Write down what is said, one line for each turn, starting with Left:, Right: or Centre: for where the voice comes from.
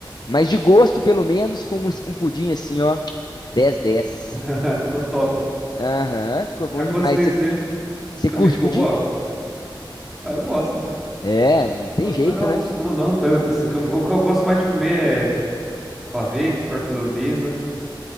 Left: Mas de gosto, pelo menos, com um um pudim assim, ó, dez, dez.
Centre: <laughs> Ficou top.
Left: Aham, ficou bom
Centre: A consistência
Left: demais. Você
Centre: dele
Left: você
Centre: também
Left: curte
Centre: ficou
Left: pudim?
Centre: boa? Ah, eu gosto.
Left: É, não
Centre: Eu
Left: tem
Centre: gosto,
Left: jeito,
Centre: mas não,
Left: né?
Centre: não, não tanto, assim. O que eu, o que eu gosto mais de comer é pavê, torta holandesa.